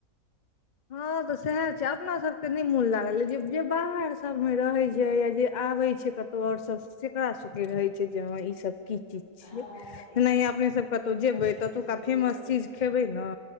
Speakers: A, on the left; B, on the left.
A: हँ तऽ सएह छै अपना सबके नहि मोन लागल, जे जे बाहर सभमे रहैत छै या जे आबै छै कतहु त और सब, तेकरा सबके रहे छै जे हँ ई सब की चीज
B: हँ
A: छियै।
B: ई
A: जेनाहि अपने सब कतहु जेबै
B: की
A: ततुका
B: चीज छै
A: फेमस चीज खेबै ने?